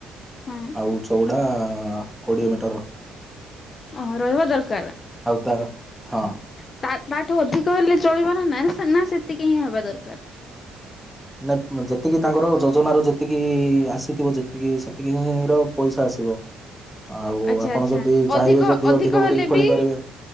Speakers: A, on the left (about 40°); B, in the centre.
A: ହଁ
B: ଆଉ ଚଉଡା ହଁ କୋଡ଼ିଏ ମିଟ ଟର।
A: ଓ ରହିବା ଦରକାର।
B: ତାର ହଁ
A: ତା ତାଠୁ ଅଧିକ ହେଲେ ଚଳିବ ନା ନା ନା ସେତିକି ହିଁ ହବା ଦରକାର।
B: ନା ଯେତିକି ତାଙ୍କର ଯୋଜନାର ଯେତିକି ଆସିଥବ ଯେତିକି ସେତିକିର ପ‌ଇସା ଆସିବ। ଆଉ
A: ଆଚ୍ଛା
B: ଆପଣ
A: ଆଚ୍ଛା
B: ଯଦି ଚାହିଁବେ
A: ଅଧିକ
B: ଯଦି
A: ଅଧିକ ହେଲେ
B: କରିକି ଖୋଳି
A: ବି
B: ପାରିବେ